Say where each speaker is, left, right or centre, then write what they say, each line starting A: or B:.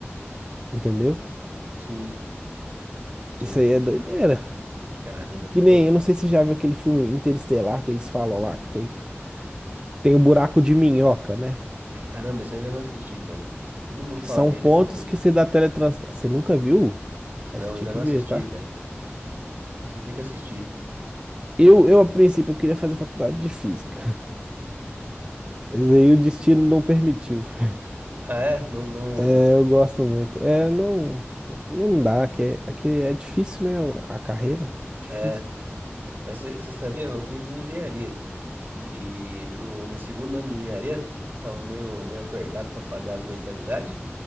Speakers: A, on the right (about 20°); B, on the right (about 45°).
A: entendeu?
B: sim, sim.
A: Isso aí é doideira.
B: Caramba,
A: Que, que
B: tudo.
A: nem, eu não sei se você já viu aquele filme Interestelar que eles falam lá que tem tem o buraco de minhoca, né?
B: Caramba, isso eu ainda não assisti, cara. Todo mundo
A: Que
B: fala
A: são
B: bem
A: pontos
B: desse filme.
A: que se dá teletransporte. Você nunca viu? Ah,
B: Não,
A: você tinha
B: ainda
A: que
B: não
A: ver,
B: assisti,
A: tá?
B: cara. Isso eu tenho que assistir.
A: Eu, eu a princípio eu queria fazer faculdade de física. Mas aí o destino não permitiu. <laughs>
B: Ah, é? Não, não.
A: É, eu gosto muito. É, não, não dá, aqui é, aqui é difícil, né? o- A carreira. Difícil.
B: É. Mas você sabia, eu fiz engenharia, cara. E no, no segundo ano de engenharia, tava meio, meio apertado pra pagar as mensalidades.